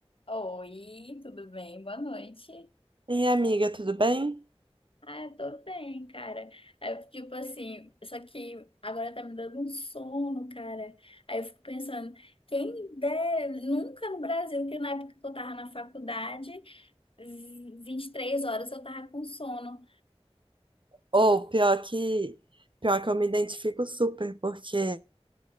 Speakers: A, on the left; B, on the right.
A: Oi, tudo bem? Boa noite.
B: E amiga, tudo bem?
A: Ah, eu tô bem, cara. Aí eu, tipo assim, só que agora tá me dando um sono, cara. Aí eu fico pensando, quem dera, nunca no Brasil, que na época que eu tava na faculdade, vi- 23 horas eu tava com sono.
B: Ou pior que pior que eu me identifico super, porque